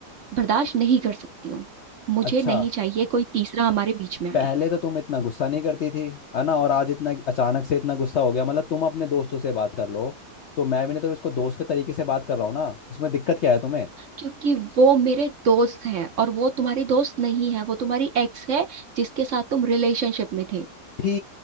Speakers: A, on the right (about 60°); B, on the left (about 65°).
A: बर्दाश्त नहीं कर सकती हूँ मुझे
B: अच्छा
A: नहीं चाहिए कोई तीसरा हमारे बीच में आए
B: पहले तो तुम इतना गुस्सा नहीं करती थी है ना और आज इतना अचानक से इतना गुस्सा हो गया मतलब तुम अपने दोस्तों से बात कर लो तो मैं भी नहीं तो इसको दोस्त के तरीके से बात कर रहा हूँ ना इसमें दिक्कत क्या है तुम्हें
A: क्योंकि वो मेरे दोस्त हैं और वो तुम्हारी दोस्त नहीं है वो तुम्हारी एक्स है जिसके साथ तुम रिलेशनशिप में थे
B: थी